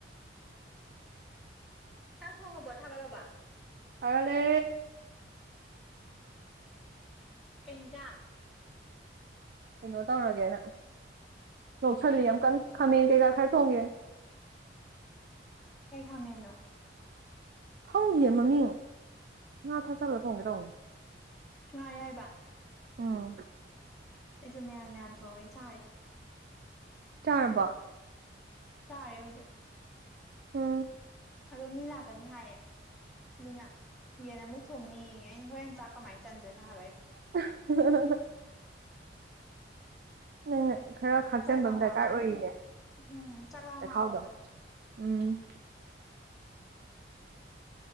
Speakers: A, in the centre; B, on the right.
A: ꯆꯥꯛ ꯊꯣꯡꯉꯥꯕꯣ ꯊꯥꯒꯠꯂꯥꯕꯣ
B: ꯊꯥꯒꯠꯂꯦ
A: ꯀꯩ ꯍꯤꯟꯖꯥꯡ
B: ꯀꯩꯅꯣ ꯇꯧꯔꯒꯦꯅ ꯂꯧꯁꯟꯂꯤ ꯌꯥꯝ ꯀꯟꯅꯥ ꯈꯥꯃꯦꯟ ꯀꯩꯀꯥ ꯈꯔ ꯊꯣꯡꯉꯥꯒꯦꯅ
A: ꯀꯩ ꯈꯥꯃꯦꯟꯅꯣ
B: ꯈꯪꯗꯤꯌꯦ ꯃꯥꯃꯤꯡ ꯉꯥ ꯊꯥꯛꯆꯜꯂꯒ ꯊꯣꯡꯒꯦ ꯇꯧꯕꯅꯦ
A: ꯉꯥ ꯑꯌꯥꯏꯕ
B: ꯎꯝ
A: ꯑꯩꯖꯨ ꯃꯌꯥꯟ ꯃꯌꯥꯟ ꯊꯣꯡꯉꯦ ꯆꯥꯔꯦ
B: ꯆꯥꯔꯕꯣ
A: ꯆꯥꯔꯤ ꯍꯧꯖꯤꯛ
B: ꯎꯝ
A: ꯑꯗꯣ ꯃꯤ ꯂꯥꯛꯀꯅꯤ ꯍꯥꯏꯌꯦ ꯑꯗꯨꯅ ꯌꯦꯟ ꯑꯃꯨꯛ ꯊꯣꯡꯅꯤꯌꯦ ꯑꯩꯅ ꯍꯣꯔꯦꯟ ꯆꯥꯛ ꯀꯃꯥꯏꯅ ꯆꯟꯗꯣꯏꯅꯣ ꯍꯥꯏꯕ ꯑꯩꯅꯥ
B: <unintelligible> ꯅꯪꯅ ꯈꯔ ꯈꯥꯛꯆꯟꯕ
A: ꯆꯥꯛ ꯂꯥꯝꯃꯛꯑꯕ
B: ꯑꯃ ꯗꯔꯀꯥꯔ ꯑꯣꯏꯔꯤꯅꯦ
A: ꯎꯝ ꯆꯥꯛ ꯂꯥꯝꯃꯛꯑꯕꯗꯣ
B: ꯆꯈꯥꯎꯗꯣ ꯎꯝ